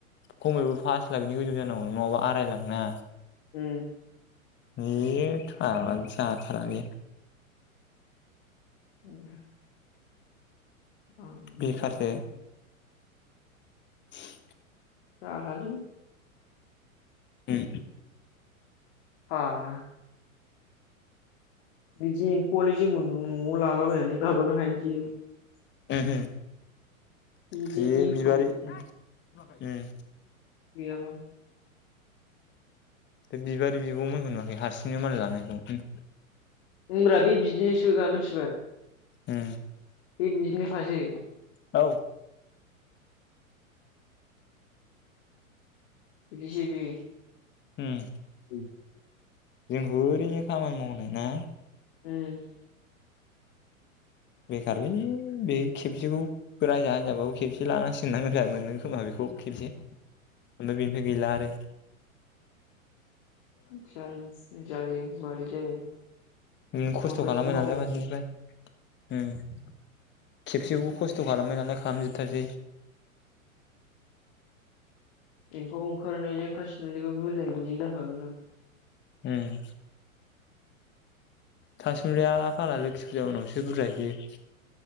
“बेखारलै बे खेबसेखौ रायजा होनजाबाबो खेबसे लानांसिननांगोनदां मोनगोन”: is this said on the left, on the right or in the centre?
Left